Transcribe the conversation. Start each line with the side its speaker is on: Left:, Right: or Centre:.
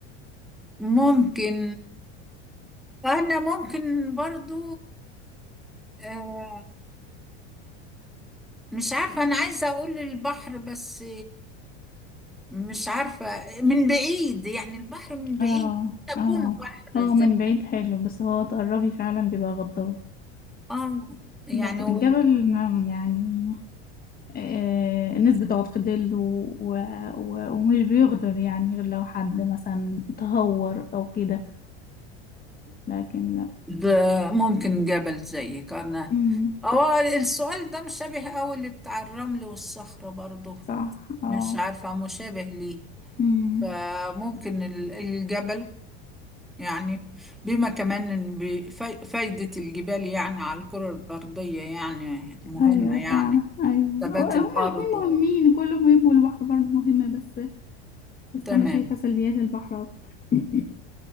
Centre: ممكن أنا ممكن برضو آه مش عارفة أنا عايزة أقول البحر بس مش عارفة من بعيد يعني البحر من بعيد
Left: اه
Centre: تكون
Left: اه
Centre: بحر
Left: هو
Centre: زي
Left: من بعيد حلو بس هو تقربي فعلا بيبقى غدار
Centre: آه يعني
Left: لكن
Centre: وبتاخد
Left: الجبل ما- يعني آه، نسبة ضغط في الظل و... و... و... ومش بيغدر يعني غير لو حد مثلا تهور أو كده لكن لا
Centre: آه، ممكن جبل زيك أنا
Left: امم
Centre: هو السؤال ده مشابه أوي اللي بتاع الرمل والصخرة برضه
Left: صح اه
Centre: مش عارفة مشابه ليه
Left: امم
Centre: فممكن ال- الجبل يعني بما كمان إن بي- فاي- فايدة الجبال يعني على الكرة الأرضية يعني مهمة
Left: ايوه
Centre: يعني
Left: فعلا ايوه
Centre: ثبات الأرض
Left: هما الاتنين مهمين
Centre: و...
Left: كله مهم والبحر برضه مهمة بس بس
Centre: تمام
Left: انا شايفة سلبيات البحر اكتر <coughs>